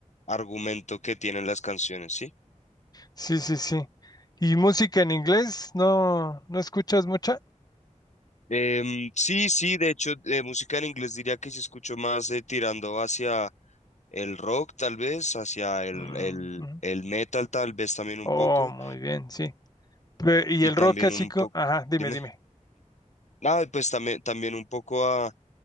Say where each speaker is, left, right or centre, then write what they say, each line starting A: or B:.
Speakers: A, on the left; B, on the left.
A: argumento que tienen las canciones, ¿sí?
B: Sí, sí, sí. ¿Y música en inglés? ¿No, no escuchas mucha?
A: Em, sí, sí, de hecho, de música en inglés diría que sí escucho más eh, tirando hacia el rock, tal vez, hacia el,
B: Mm,
A: el,
B: ujú.
A: el metal, tal vez también un
B: Oh,
A: poco.
B: muy bien, sí. Pe- Y
A: y
B: el
A: también
B: rock clásico,
A: un poco,
B: ajá, dime,
A: dime,
B: dime.
A: nada, pues también, también un poco a,